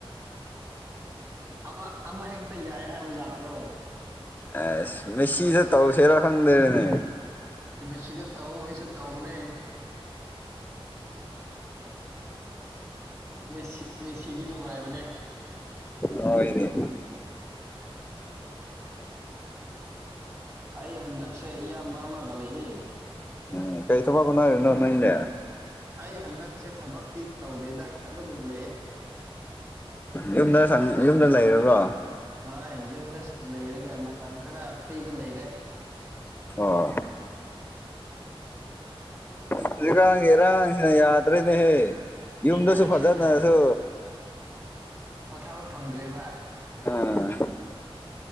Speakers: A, on the right (about 25°); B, on the left (about 20°).
A: ꯑꯃ ꯑꯃ ꯍꯦꯛꯛꯇ ꯌꯥꯏ ꯍꯕꯖꯇ꯭ꯔꯣ
B: ꯑꯁ ꯃꯦꯁꯤꯗ ꯇꯧꯁꯤꯦꯔꯥ ꯈꯪꯗꯕꯅꯦ
A: ꯁꯤꯗ ꯇꯧ ꯑꯩꯁꯨ ꯇꯧꯕꯅꯦ ꯁꯤ ꯃꯦꯁꯤꯗꯤ ꯅꯨꯡꯉꯥꯏꯕꯅꯦ
B: ꯍ ꯏꯅꯦ
A: ꯑꯩ ꯍꯟꯗꯛꯁꯦ ꯏꯌꯥꯝꯕ ꯑꯃꯒ ꯂꯩꯏ
B: ꯎꯝ ꯀꯥꯏꯊꯕꯒꯣꯅꯅꯣ ꯅꯪ ꯏꯅꯦꯦ
A: ꯑꯩ ꯍꯟꯗꯛꯁꯦ ꯊꯕꯛꯇꯤ ꯇꯧꯗꯦꯗ ꯑꯗꯨꯝ ꯂꯩ
B: ꯌꯨꯝꯗ ꯌꯨꯝꯗ ꯂꯩꯔꯨꯔꯣ
A: ꯍꯣꯏ ꯌꯨꯝꯗ ꯂꯩꯔꯒ ꯃꯇꯝ ꯈꯔ ꯐ꯭ꯔꯤꯗ ꯂꯩꯔꯦ
B: ꯑꯣ ꯑꯗꯨꯒꯀꯒꯦꯔꯥꯡꯁꯤꯅ ꯌꯥꯗ ꯑꯗꯨꯔꯦꯅꯦꯍꯦ ꯌꯨꯝꯗꯁꯨ
A: ꯏꯔꯥꯡꯁꯤꯅ
B: ꯐꯖꯅꯁꯨ
A: ꯄꯣꯊꯥꯕ ꯐꯪꯗ꯭ꯔꯦꯕ
B: ꯑꯥ